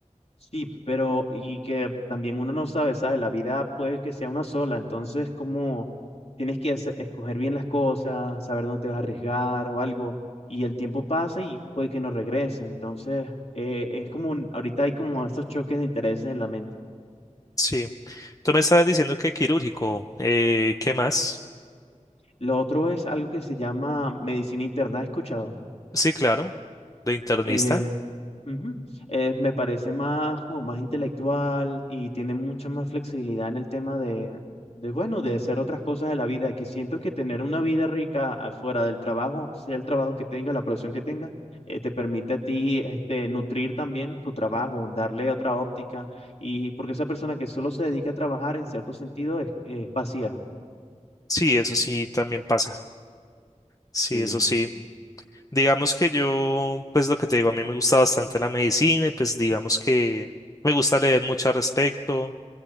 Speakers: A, on the left (about 55°); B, on the left (about 25°).
A: Sí, pero y que también uno no sabe, ¿sabes? La vida puede que sea una sola, entonces como tienes que hace- escoger bien las cosas, saber dónde te vas a arriesgar o algo, y el tiempo pasa y puede que no regrese, entonces eh, es como, un- ahorita hay como estos choques de intereses en la mente.
B: Sí. Tú me estabas diciendo que quirúrgico. eh, ¿qué más?
A: Lo otro es algo que se llama medicina interna, ¿has escuchado?
B: Sí, claro. De internista.
A: Eh, Ujú. Eh, me parece más como más intelectual y tiene mucha más flexibilidad en el tema de, de, bueno, de hacer otras cosas de la vida, que siento que tener una vida rica ah, fuera del trabajo, sea el trabajo que tenga, la profesión que tenga, eh, te permite a ti este, nutrir también tu trabajo, darle otra óptica, y porque esa persona que solo se dedica a trabajar en cierto sentido es, es vacía.
B: Sí, eso sí también pasa. Sí,
A: Sí.
B: eso sí. Digamos que yo, pues lo que te digo, a mí me gusta bastante la medicina y pues digamos que me gusta leer mucho al respecto.